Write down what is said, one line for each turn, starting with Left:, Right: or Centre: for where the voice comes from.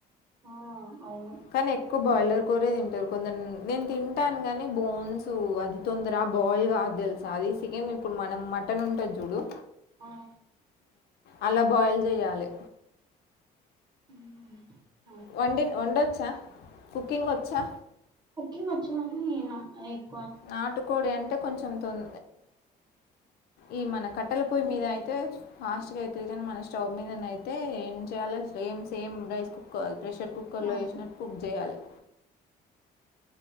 Right: ఆ అవును
Left: కానీ ఎక్కువ బాయిలర్ కోరే తింటారు కొందరు నేన్ తింటానుగాని బోన్స్ అది తొందర బాయిల్గా దేలుసా అది సికేన్ ఇప్పుడు మనం మటన్ ఉంటది చూడు
Right: ఆ
Left: అలా బాయిల్ జెయాలె
Right: ఉహ్మ్
Left: వండిన్ వండొచ్చా కుకింగ్ వచ్చా
Right: ఏమో చున్నీయాలా అదేక్
Left: నాటుకోడి అంటే కొంచెం తొం ఈ మన కట్టల పొయ్యి మీద అయితే ఫాస్ట్గ అయితుందిగాని మన స్టవ్ మీదన అయితే ఏం చేయాలి సేమ్ సేమ్ రైస్ కుక్క ప్రెషర్ కుక్కర్లో
Right: అవును
Left: వేసినట్టు కుక్ జెయాలె